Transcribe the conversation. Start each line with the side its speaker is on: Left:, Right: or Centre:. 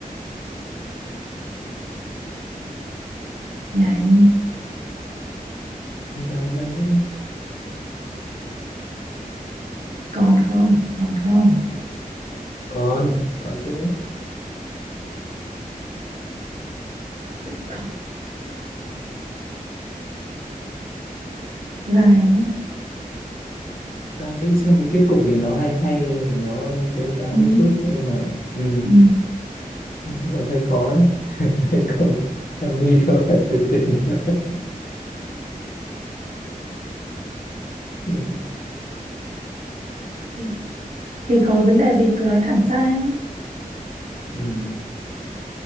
Right: Nhà anh
Left: đang đang nghĩ
Right: còn không? Còn không?
Left: còn còn chứ
Right: Không. Dài ấy.
Left: đang nghĩ xem cái kết cục gì nó hay hay để nó tếu táo
Right: Ừ.
Left: một chút nhưng mà ừ.
Right: Ừ.
Left: đúng rồi hơi khó đấy <laughs> còn em mi không phải tuyệt tình <laughs> ừ.
Right: ừ. Thì có vấn đề gì thì cứ nói thẳng ra.
Left: Ừ.